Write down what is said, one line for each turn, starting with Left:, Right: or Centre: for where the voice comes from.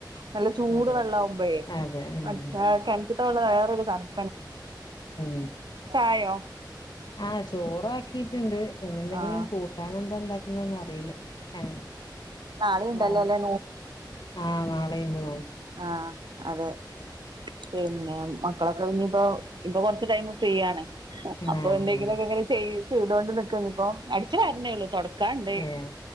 Right: നല്ല ചൂട്
Left: അതെ
Right: വെള്ളമാകുമ്പോയേ
Left: അതെ ഉം
Right: മറ്റേ കിണറ്റിത്തെ വെള്ളം വേറെ തണുപ്പാ
Left: ഉ
Right: ആയോ
Left: ആ ചോറാക്കിട്ട് ണ്ട് ഇെ എന്തെങ്കിലും
Right: ആഹ്
Left: കൂട്ടാൻ എന്താ ഉണ്ടാക്കുന്ന അറിയില്ല അ
Right: നാളീം ഇണ്ടല്ലോ
Left: ആ
Right: ല്ലേ
Left: ആഹ നാളെന്ന് നോമ്പ്
Right: ആഹ അതെ പിന്നെ മക്കളൊക്കെ ഇനി ഇപ്പോ ഇപ്പൊ കൊറച്ച് ടൈമ് ഫ്രീയാണ് അപ്പൊ
Left: ആഹ്
Right: എന്തെങ്കിലുമൊക്കെ
Left: ആഹ്
Right: ഇങ്ങനെ ചെയ്യും ചെയ്തോണ്ട് നിക്കാണ് ഇപ്പൊ അടിച്ച് വാരണേയുള്ളൂ തുടക്കാനുണ്ട്
Left: ഏഹ്